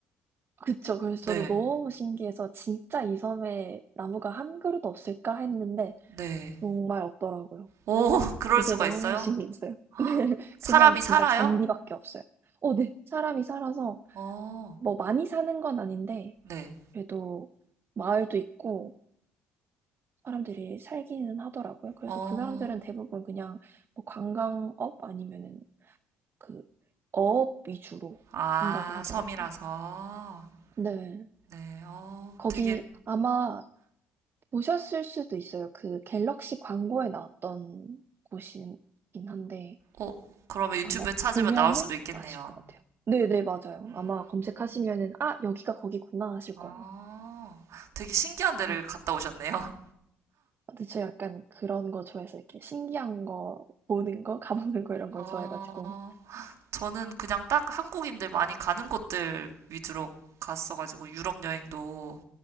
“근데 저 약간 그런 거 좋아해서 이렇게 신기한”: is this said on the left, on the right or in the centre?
Right